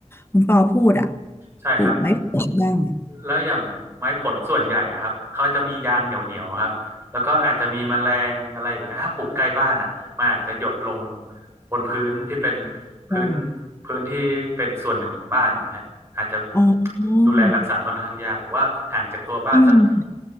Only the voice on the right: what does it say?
ใช่ครับ
แล้วอย่างไม้ผลส่วนใหญ่อะครับเขาจะมียางเหนียวๆครับแล้วก็อาจจะมีแมลงอะไรอย่างเงี้ยถ้าปลูกใกล้บ้านอ่ะมันอาจจะหยดลงบนพื้นที่เป็นพื้น
พื้นที่เป็นส่วนหนึ่งของบ้านอย่างเงี้ยอาจจะ
ดูแลรักษาค่อนข้างยากผมว่าห่างจากตัวบ้านสัก